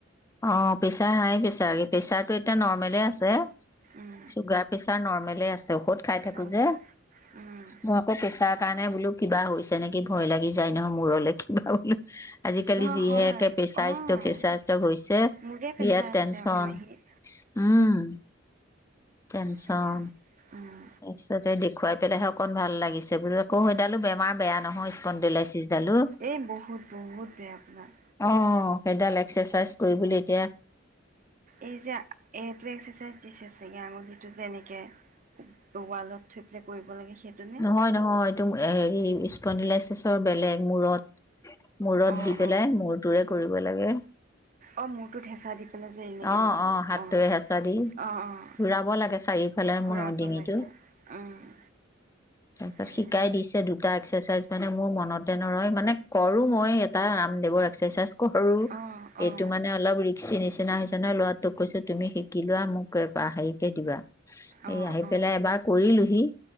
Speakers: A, on the left (about 15°); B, on the right (about 40°).
A: অ', প্ৰেচাৰ হাই প্ৰেছাৰ, প্ৰেছাৰটো এতিয়া নৰ্মেলে আছে।
B: উম
A: চুগাৰ, প্ৰেচাৰ নৰ্মেলে আছে, ঔষধ খাই
B: হয়
A: থাকোঁ যে।
B: উম।
A: মোৰ আকৌ প্ৰেছাৰ কাৰণে বোলো কিবা হৈছে নেকি? ভয় লাগি যায় নহয় মূৰলে কিবা বোলো। আজিকালি
B: নহয়
A: যিহে
B: হয়
A: একে প্ৰেছাৰ
B: অঁ
A: ষ্টক, চেচাৰ ষ্টক হৈছে
B: মোৰে প্ৰেছাৰ
A: বিৰাট টেনচন।
B: আছে আকৌ মাহীৰ
A: উম। টেনচন।
B: সেয়া উম
A: তাৰপিছত দেখুৱাই পেলাইহে অকণ ভাল লাগিছে, বোলো আকৌ সেইডালো বেমাৰ বেয়া নহয়, স্পন'ডেলাইচিছডালো।
B: এই বহুত, বহুত বেয়া আপোনাৰ।
A: অ', সেইডাল এক্সাৰচাইজ কৰিবলৈ এতিয়া।
B: এইজা এইটো এক্সাৰচাইজ দিছে চাগে, আঙুলিটো যেনেকে, ৱালত থৈ পেলাই কৰিব লাগে। সেইটো নে
A: নহয়, নহয়, এই হেৰি স্পনডিলাইচিছৰ বেলেগ, মূৰত। মূৰত
B: অ
A: দি পেলাই,
B: অ
A: মূৰটোৰে কৰিব লাগে।
B: অ', মূৰটোত হেঁচা দিব যে
A: অ
B: এনেকে, এনেকে
A: হাতটোৰে
B: অ',
A: হেঁচা দি
B: অ', অ',
A: ঘূৰাব লাগে চাৰিওফালে
B: ঘূৰাব
A: ডিঙিটো
B: লাগে। উম',।
A: তাৰপিছত
B: সেয়াই
A: শিকাই দিছে দু এটা এক্সাৰচাইজ মানে মোৰ মনতে নৰয়, মানে কৰো মই এটা ৰামদেৱৰ এক্সাৰচাইজ কৰো।
B: অ অ
A: এইটো মানে অলপ ৰিস্কি নিচিনা। নিচিনা হৈছে নহয়, লৰাটোক কৈছো তুমি শিকি লোৱা মোক হেৰিকে দিবা। এই,
B: অ
A: আহি
B: অ
A: পেলাই এবাৰ কৰিলোহি।